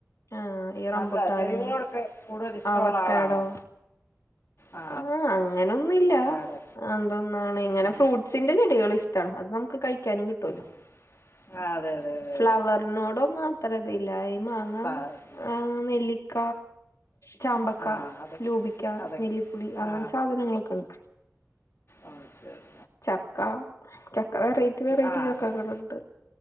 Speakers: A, on the left; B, on the left.
A: ആഹ് ഈ
B: നല്ല
A: റംബുട്ടാന്
B: ചെടികളോടൊക്കെ കൂടുതൽ ഇഷ്ട്ടൊള്ള
A: അവക്കാടോ
B: ആളാണോ. ആ
A: ആഹ് അങ്ങനൊന്നുല്ല
B: അവക്കാടോ
A: എന്തൊന്നാണ് ഇങ്ങനെ
B: ഉം
A: ഫ്രൂട്ട്സിന്റെ ചെടികള് അത് നമക്ക് കിട്ടല്ലോ
B: ഉം. ആ അതെ അതെ അതെ
A: ഫ്ലവറിനോടോ
B: അതെ
A: മാത്ര <unintelligible> മാങ്ങ
B: പാടില്ല
A: ആഹ് നെല്ലിക്ക, ചാമ്പക്ക,
B: ആ അതെ
A: ലൂബിക്ക
B: അതൊക്കെ
A: നെല്ലിപ്പുളി അങ്ങനെ
B: ആ
A: സാധനങ്ങളൊക്കെണ്ട്
B: ഓണച്ചെടി.
A: ചക്ക ചക്ക വെറൈറ്റി വെറൈറ്റി
B: ആ ആ
A: ചക്കകള്ണ്ട്.